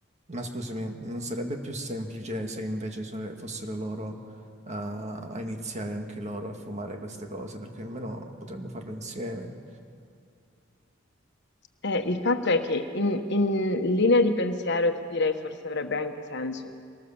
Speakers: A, on the right; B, on the left.
A: Ma scusami, non sarebbe più semplice se invece so- fossero loro a, a iniziare anche loro a fumare queste cose, perché almeno potremmo farlo insieme.
B: Eh, il fatto è che in, in linea di pensiero ti direi forse avrebbe anche senso,